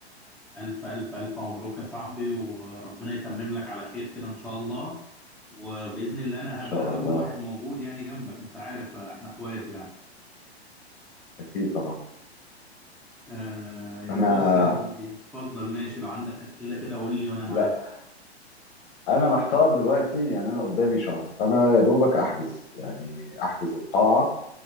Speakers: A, in the centre; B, on the left.
A: ألف ألف ألف مبروك يا صاحبي وربنا يتمم لك على خير كده إن شاء الله وبإذن الله أنا هبقى
B: ان شاء الله
A: أول واحد موجود يعني جنبك أنت عارف إحنا إخوات يعني
B: اكيد طبعا
A: آه
B: انا
A: بص يا سيدي اتفضل ماشي لو عندك أسئلة كده قول لي وأنا
B: لا
A: معاك
B: انا محتار دلوقتي يعني انا قدامي شهر فانا يا دوبك احجز يعني احجز القاعة